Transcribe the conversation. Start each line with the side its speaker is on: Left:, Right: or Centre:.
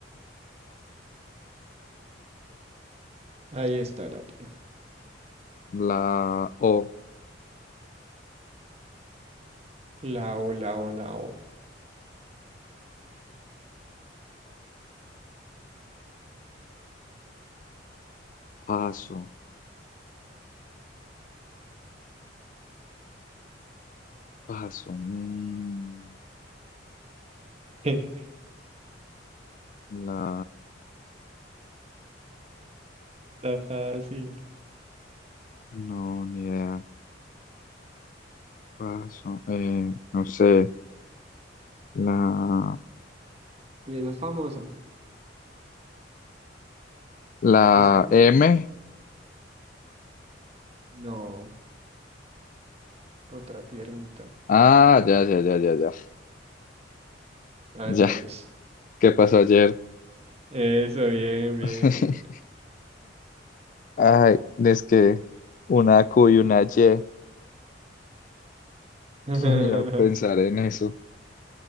Right: Ahí está la P.
Left: La O.
Right: La O, la O, la O.
Left: Paso. Paso. Mm,
Right: <laughs>
Left: la
Right: Está fácil.
Left: No, ni idea. Paso. Eh, no sé. La,
Right: Y esa es famosa.
Left: la
Right: Es con...
Left: M.
Right: No, otra piernita.
Left: Ah, ya, ya, ya, ya, ya.
Right: A
Left: Ya.
Right: ver cuál es.
Left: ¿Qué pasó ayer?
Right: Eso, bien, bien,
Left: <laughs>
Right: bien.
Left: Ay, es que una Q y una Y.
Right: <laughs>
Left: ¿Quién iba a pensar en eso?